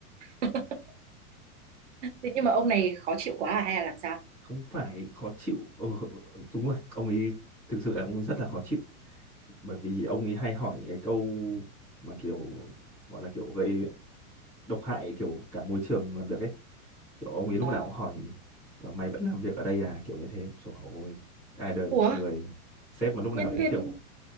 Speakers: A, on the right (about 55°); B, in the centre.
A: <laughs> thế nhưng mà ông này khó chịu quá à hay là làm sao
B: không phải khó chịu ừ, ừ, ừ, đúng rồi ông ấy thực sự là ông ấy rất là khó chịu bởi vì ông ấy hay hỏi những cái câu mà kiểu gọi là kiểu gây độc hại kiểu cả môi trường làm việc ấy kiểu ông ấy lúc
A: Ờ.
B: nào cũng hỏi "Ờ, mày vẫn làm việc ở đây à kiểu như thế trời ơi ai đời một
A: ủa
B: người sếp mà lúc nào
A: nhân
B: cũng
A: viên
B: kiểu